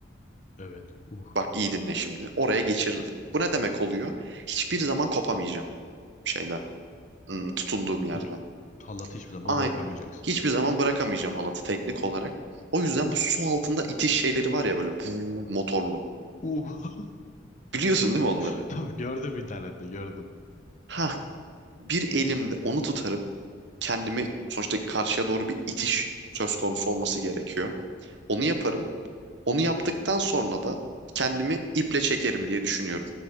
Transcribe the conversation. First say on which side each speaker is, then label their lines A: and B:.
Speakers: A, on the left (about 40°); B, on the right (about 65°).
A: Evet. Uh.
B: Bak iyi dinle şimdi. Oraya geçirdim. Bu ne demek oluyor? Hiçbir zaman kopamayacağım şeyden. hmm, tutunduğum yerden.
A: Tut. Tallatı hiçbir zaman
B: Ay,
A: bırakamayacaksın.
B: hiçbir zaman bırakamayacağım halatı teknik olarak. O yüzden bu su altında itiş şeyleri var ya böyle puu, motorlu.
A: Uh.
B: Biliyorsun değil mi onları?
A: <laughs> Tabii gördüm internette gördüm.
B: Ha, bir elimde onu tutarım. kendimi sonuçta karşıya doğru bir itiş söz konusu olması gerekiyor. Onu yaparım. Onu yaptıktan sonra da kendimi iple çekerim diye düşünüyorum.